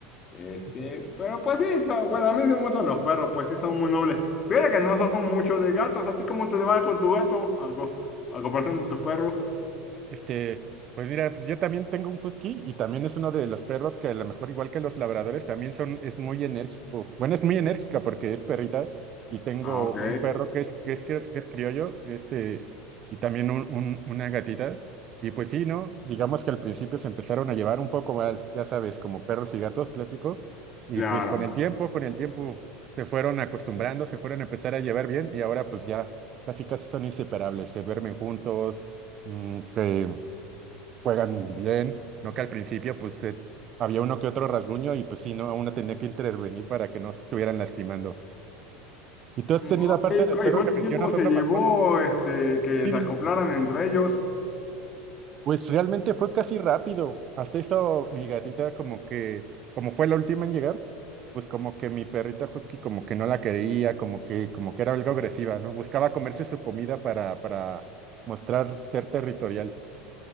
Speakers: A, on the left; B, on the right.
A: Este,
B: sí, sí.
A: pero pues sí, son- bueno, a mí sí me gustan los perros, pues sí son muy nobles. Fíjate que no son muchos de gatos. ¿A ti cómo te va con tu gato? A, co- a comparación de tus perros.
B: Este, pues mira, pues yo también tengo un husky y también es uno de los perros que a lo mejor igual que los labradores también son, es muy enérgico. Bueno, es muy enérgica porque es perrita y tengo
A: Ah, ok,
B: un perro que es, que es, cri- que es criollo, este, y también un, un- una gatita. Y pues sí, ¿no? Digamos que al principio se empezaron a llevar un poco mal, ya sabes, como perros y gatos clásico. Y
A: claro.
B: pues con el tiempo, con el tiempo se fueron acostumbrando, se fueron a empezar a llevar bien y ahora pues ya casi casi son inseparables, se duermen juntos mm, que juegan bien, ¿no? Que al principio pues se- había uno que otro rasguño y pues sí, ¿no? Uno tenía que intervenir para que no estuvieran lastimando. ¿Y tú
A: Mm,
B: has tenido,
A: ok,
B: aparte del
A: ¿cu-
B: perro
A: ¿Y cuánto
B: que mencionas,
A: tiempo se
B: otra
A: llevó
B: mascota?
A: este que
B: Sí,
A: se
B: dime.
A: acoplaran entre ellos?
B: Pues realmente fue casi rápido. Hasta eso mi gatita como que, como fue la última en llegar, pues como que mi perrita husky como que no la quería, como que, como que era algo agresiva, ¿no? Buscaba comerse su comida para, para mostrar ser territorial.